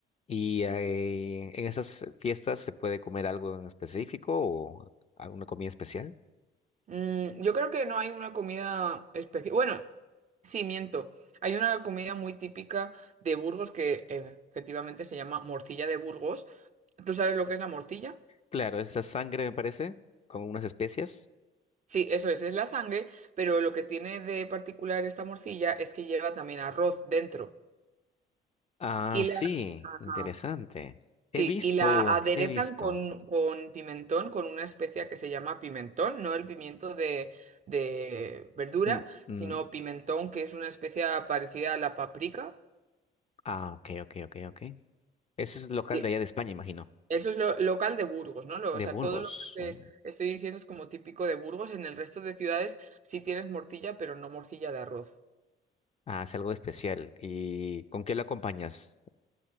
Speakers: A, on the left (about 35°); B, on the right (about 35°).
A: ¿Y eh, en esas fiestas se puede comer algo en específico o alguna comida especial?
B: Mm, yo creo que no hay una comida específica. Bueno, sí, miento. Hay una comida muy típica de Burgos que eh, efectivamente se llama morcilla de Burgos. ¿Tú sabes lo que es la morcilla?
A: Claro, esa sangre me parece, con unas especias.
B: Sí, eso es, es la sangre, pero lo que tiene de particular esta morcilla es que lleva también arroz dentro.
A: Ah,
B: Y
A: sí,
B: la... Ajá.
A: interesante. He
B: Sí,
A: visto,
B: y la aderezan
A: he visto.
B: con, con pimentón, con una especia que se llama pimentón, no el pimiento de, de verdura,
A: Mm, mm,
B: sino pimentón, que es una especia parecida a la paprika.
A: ah, ok, ok, ok, ok. Ese es local
B: Y
A: de allá de España, imagino.
B: Eso es lo local de Burgos, ¿no? Lo-
A: De
B: o sea,
A: Burgos.
B: todo lo que te
A: Mm.
B: estoy diciendo es como típico de Burgos. En el resto de ciudades sí tienes morcilla, pero no morcilla de arroz.
A: Ah, es algo especial. ¿Y con qué lo acompañas?